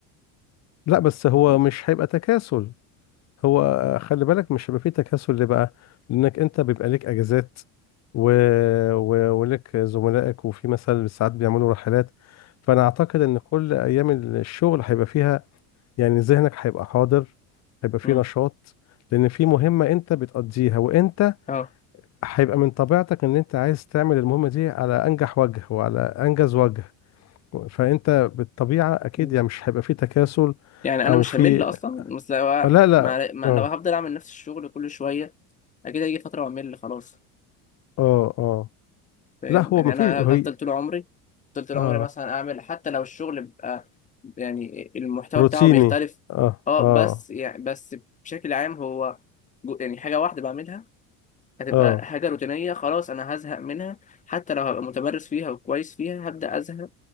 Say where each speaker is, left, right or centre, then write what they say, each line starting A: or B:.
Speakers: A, on the left (about 45°); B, on the left (about 20°).
A: لا بس هو
B: مم.
A: مش هيبقى تكاسل هو آه، خلي بالك مش هيبقى فيه تكاسل ليه بقى لانك انت بيبقى ليك اجازات و... و... ولك زملائك وفي مثلا ساعات بيعملوا رحلات فانا اعتقد ان كل ايام الشغل هيبقى فيها يعني ذهنك هيبقى حاضر هيبقى فيه
B: مم.
A: نشاط لان في مهمة انت بتقضيها وانت
B: اه
A: هيبقى من طبيعتك ان انت عايز تعمل المهمة دي على انجح وجه وعلى انجز وجه فانت بالطبيعة اكيد
B: مم.
A: يعني مش هيبقى فيه تكاسل
B: يعني
A: او
B: انا مش
A: في
B: همل اصلا بس لو
A: آه، لا لا
B: مع... مع...
A: اه
B: لو هفضل اعمل نفس الشغل كل شويه اكيد هيجي فتره واعمل خلاص
A: اه اه
B: فاهم
A: لا هو
B: يعني
A: مفيش
B: انا
A: هي
B: افضل طول عمري افضل طول
A: اه
B: عمري مثلا اعمل حتى لو الشغل بقى يعني المحتوى
A: روتيني
B: بتاعه بيختلف
A: اه
B: اه
A: اه
B: بس يعني بس بشكل عام هو جو- يعني حاجة واحدة بعملها هتبقى
A: اه
B: حاجة روتينية خلاص انا هزهق منها حتى لو هبقى متمرس فيها وكويس فيها هبدأ ازهق